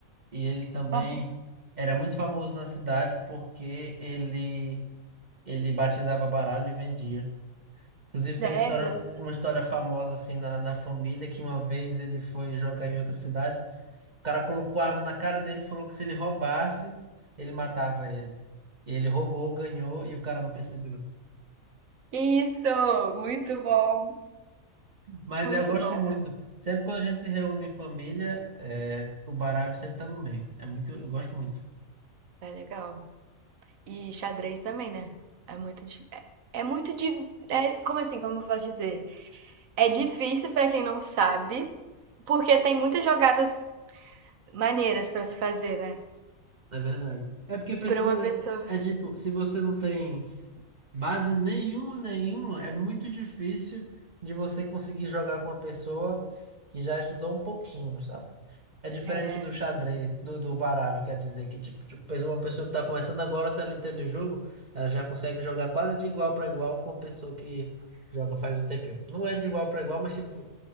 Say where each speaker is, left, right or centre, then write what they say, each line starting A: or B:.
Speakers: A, on the right; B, on the right.
A: E ele também
B: Uhum.
A: era muito famoso na cidade porque ele ele batizava baralho e vendia. Inclusive tem
B: Sério?
A: uma história uma história famosa assim na, na família que uma vez ele foi jogar em outra cidade, o cara colocou a arma na cara dele e falou que se ele roubasse, ele matava ele. E ele roubou, ganhou e o cara não percebeu.
B: Isso! Muito bom!
A: Mas
B: Muito
A: é, eu gosto
B: bom.
A: muito. Sempre quando a gente se reúne em família, é, o baralho sempre tá no meio. É muito, eu gosto muito.
B: É legal. E xadrez também, né? É muito. di- É, é muito. di- É, como assim? Como eu posso dizer? É difícil pra quem não sabe, porque tem muitas jogadas maneiras pra se fazer, né?
A: É verdade. É porque precisa.
B: Pra uma pessoa.
A: É tipo, se você não tem base nenhuma, nenhuma, é muito difícil de você conseguir jogar com uma pessoa que já estudou um pouquinho, sabe? É diferente
B: É.
A: do xadrez, do, do baralho, quer dizer, que tipo, tipo, pessoa- uma pessoa que tá começando agora, se ela entende o jogo, ela já consegue jogar quase de igual para igual com uma pessoa que joga faz um tempinho. Não é de igual para igual, mas tipo,